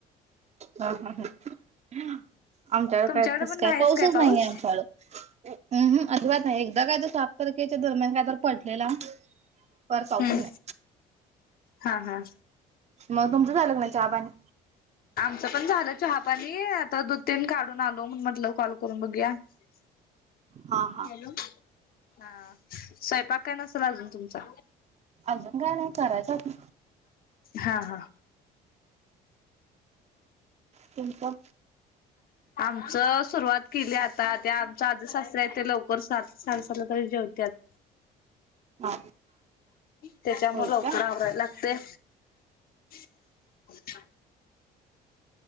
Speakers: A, on the right (about 40°); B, on the left (about 55°).
A: हा हा ह आमच्या
B: तुमच्याकडे
A: काय तस
B: पण नाहीच
A: काय पाऊसच
B: पाऊस?
A: नाहीये आमच्याकड अजिबात नाही एकदा काय तुस तरकेच्या दरम्यान काय तर पडलेला परत अपुसच
B: हम्म
A: नाही
B: हा हा
A: मग तुमचं झालंग नाही चहा पाणी
B: आमचं पण झालं चहापाणी आता दुध तीन काढून आलो. म्हणुन म्हटलं कॉल करून बघूया. <inaudible>
A: हा हा
B: हॅलो हा स्वयंपाक काय नसल अजून तुमचा
A: अजून काय नाय कराचं आता
B: हा हा
A: तुमचा
B: आमच सुरुवात केली आता त्या आमच आज सासर आहेत ते लवकर सात साडे <unintelligible> जेवत्यात
A: हा
B: त्याच्यामुळ
A: होय
B: लवकर
A: काय
B: आवरायला लागतय. <inaudible>